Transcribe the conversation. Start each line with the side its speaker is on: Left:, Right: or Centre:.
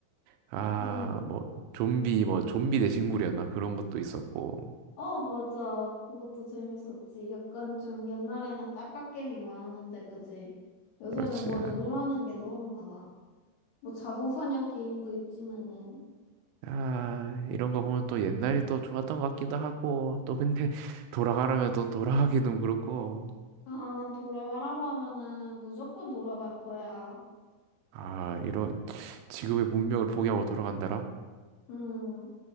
Right: 아,
Left: 응.
Right: 뭐, 좀비, 뭐, 좀비 대 식물이었나? 그런 것도 있었고.
Left: 어, 맞아. 그것도 재밌었지. 약간 좀 옛날에는 딸깍게임이 많았는데, 그지? 요새는
Right: 그렇지.
Left: 뭐
Right: 아,
Left: 누르라는 게 너무 많아. 뭐 자동사냥 게임도 있지만은.
Right: 아, 이런 거 보면 또 옛날이 또 좋았던 것 같기도 하고, 또 근데 <laughs> 돌아가라면 또 돌아가기도 그렇고.
Left: 아, 난 돌아가라고 하면은 무조건 돌아갈 거야.
Right: 아, 이런, 지금의 문명을 포기하고 돌아간다라?
Left: 음,